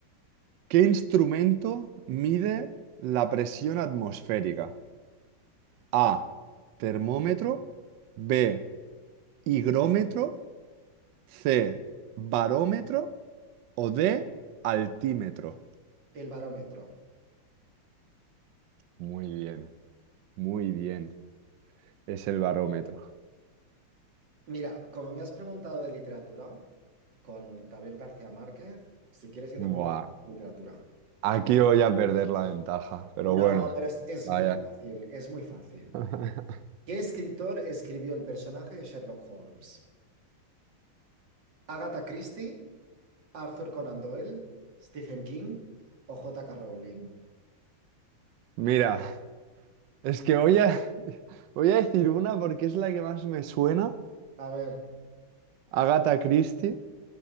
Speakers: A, on the right; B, on the right.
A: ¿Qué instrumento mide la presión atmosférica? A. Termómetro. B. Higrómetro. C. Barómetro. O D. Altímetro.
B: el barómetro.
A: Muy bien, muy bien. Es el barómetro.
B: Mira, como me has preguntado de literatura con Gabriel García Márquez, si quieres yo también
A: Buah,
B: de literatura.
A: aquí voy a perder la ventaja, pero
B: No,
A: bueno,
B: pero es, es
A: vaya.
B: muy fácil, es muy fácil.
A: <laughs>
B: ¿Qué escritor escribió el personaje de Sherlock Holmes? ¿Agatha Christie, Arthur Conan Doyle, Stephen King o J.K. Rowling?
A: Mira, es que voy a, <laughs> voy a decir una porque es la que más me suena.
B: A ver.
A: Agatha Christie.